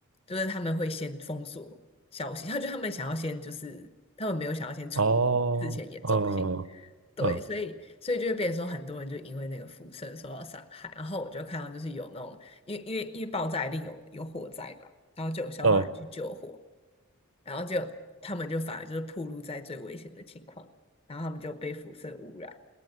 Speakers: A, on the left (about 25°); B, on the right (about 70°).
A: 就是他们会先封锁消息，他就他们想要先就是他们没有想要先处理事前严重性，
B: 哦，嗯嗯
A: 对，所以所以就会变成说，很多人就因为那个辐射受到伤害。然后我就看到就是有那种，因为因为因为爆炸一定有有火灾嘛，然后就有消防员去救火，
B: 嗯，
A: 然后就他们就反而就是暴露在最危险的情况，然后他们就被辐射污染，